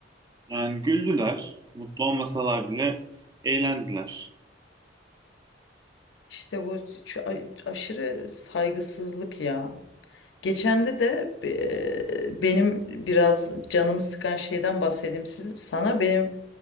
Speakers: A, on the right; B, on the left.
A: Yani güldüler. Mutlu olmasalar bile eğlendiler.
B: İşte bu ç- a- aşırı saygısızlık ya. Geçende de de e, benim biraz canımı sıkan şeyden bahsedeyim siz- sana. Benim